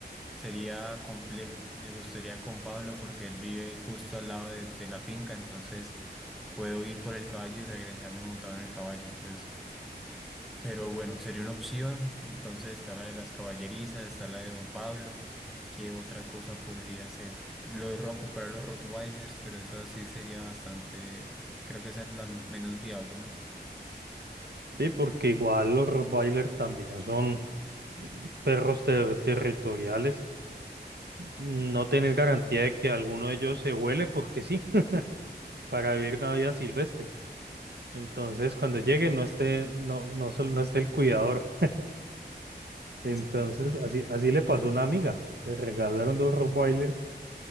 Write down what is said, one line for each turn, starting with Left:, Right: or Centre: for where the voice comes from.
Centre: Sería complejo. Me gustaría con Pablo porque él vive justo al lado de, de la finca, entonces puedo ir por el caballo y regresarme montado en el caballo. Entonces pero bueno, sería una opción. Entonces está la de las caballerizas, está la de Don Pablo. ¿Qué otra cosa podría ser? Lo de ro- comprar los Rottweilers, pero eso sí sería bastante. Creo que esa es la menos viable, ¿no?
Right: Sí, porque igual los Rottweiler también son perros ter- territoriales, no tenés garantía de que alguno de ellos se huele porque sí, <laughs> para vivir una vida silvestre. Entonces, cuando llegue, no esté, no, no, sol- no esté el cuidador. Entonces,
Centre: Sí.
Right: así, así le pasó a una amiga. Le regalaron dos Rottweilers